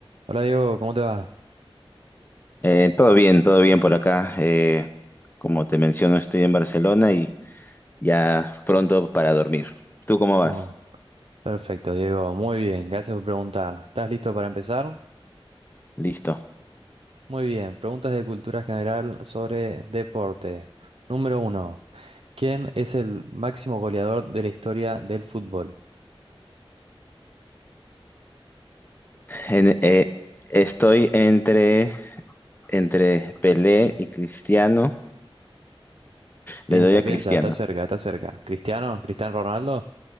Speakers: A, on the right; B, on the left.
A: Hola Diego, ¿cómo te va?
B: Eh, todo bien, todo bien por acá. Eh, como te menciono, estoy en Barcelona y ya pronto para dormir. ¿Tú cómo vas?
A: Oh, perfecto, Diego, muy bien, gracias por preguntar. ¿Estás listo para empezar?
B: Listo.
A: Muy bien, preguntas de cultura general sobre deporte. Número uno, ¿quién es el máximo goleador de la historia del fútbol?
B: En- eh, estoy entre, entre Pelé y Cristiano.
A: Piensa,
B: Le doy a
A: piensa,
B: Cristiano.
A: está cerca, está cerca. ¿Cristiano? ¿Cristiano Ronaldo?